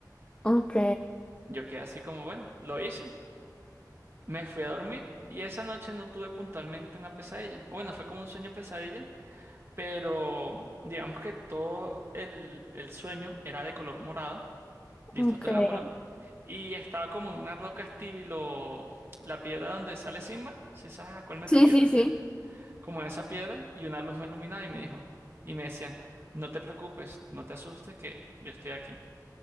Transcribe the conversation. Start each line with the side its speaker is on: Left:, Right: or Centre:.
Left: ok,
Right: Yo quedé así como, bueno, lo hice, me fui a dormir y esa noche no tuve puntualmente una pesadilla, o bueno, fue como un sueño pesadilla, pero digamos que todo el, el sueño era de color morado Listo,
Left: ok.
Right: todo era morado. Y estaba como en una roca estilo la piedra donde sale Simba, si sabes a cuál me
Left: Sí,
Right: refiero,
Left: sí, sí.
Right: ¿sí? Como en esa piedra y una luz me iluminaba y me dijo, y me decía, no te preocupes, no te asustes que yo estoy aquí.